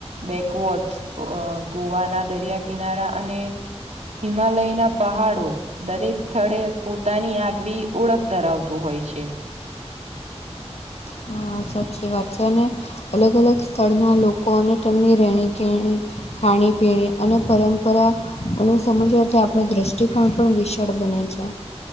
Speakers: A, on the right (about 85°); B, on the left (about 65°).
A: બેકવર્ડસ ગોવાના દરિયા કિનારા અને. હિમાલયના પહાડો. દરેક સ્થળે પોતાની આગવી ઓળખ ધરાવતું હોય છે.
B: હ સાચી વાત છે અને. અલગ અલગ સ્થળના લોકો અને તેમની રહેણી કેણી ખાણી પીણી અને પરંપરા. અને સમજવાથી આપણે દ્રષ્ટિકોણ પણ વિશાળ બને છે.